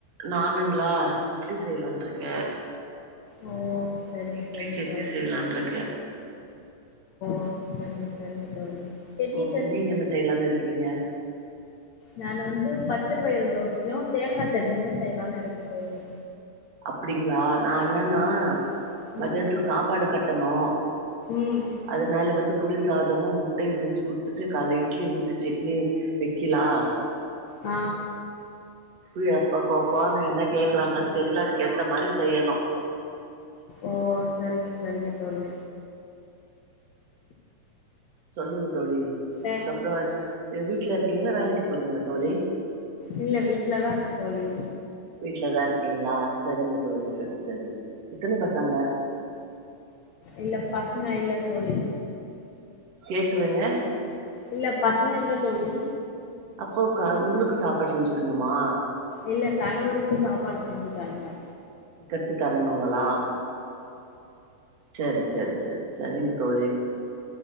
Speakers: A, on the right; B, on the left.
A: நானுங்ளா இட்லி செய்யலான்ட்ருக்கே
B: ஓ சரிங்க
A: இட்லி
B: சரிங்க
A: சட்னி
B: தோழி
A: செய்யலான்ட்ருக்கே
B: ஓ சரிங்க சரிங்க தோழி பெட்டி
A: ம்
B: சட்னி
A: நீங்க என்ன செய்யலானு இருக்கிங்க
B: நானு வந்து பச்ச பயிறு தோசையு தேங்கா சட்னியு செய்யலானு இருக்க தோழி
A: அப்டிங்ளா நா என்னனா
B: ஆ
A: மத்யானத்துக்கு
B: ம்
A: சாப்பாடு கட் டணு
B: ம்
A: அதுனால வந்து புளி சாதமு முட்டையு செஞ்சு குடுத்துட்டு கால இட்லி ஊத்தி செட்னி வெக்கிலா
B: ஆ
A: எ எப்ப ஃபோன என்ன கேக்கறாங்கன் தெரில அதுக் கேத்த மாதிரி செய்யணு
B: ஓ சரிங்க சரிங்க தோழி
A: சொல்லுங்க தோழி அதுக்கப்பறோ
B: அ
A: என்ன வீட்ல இருக்கீங்களா வேலைக்கு போறீங்களா தோழி
B: இல்ல வீட்லதா இருக்கே தோழி
A: வீட்லதா இருக்கீங்ளா சரிங்க தோழி சரி சரி எத்தன பசங்க
B: இல்ல பசங்க இல்ல தோழி
A: கேக்குலங்க
B: இல்ல பசங்க இல்ல தோழி
A: அப்போ க உங்களுக்கு சாப்பாடு செஞ்சுக்ணுமா
B: இல்ல கணவருக்கு சாப்பாடு செஞ்சு தரணு
A: கட்டி தரணுங்களா சரி சரி சர் சரிங்க தோழி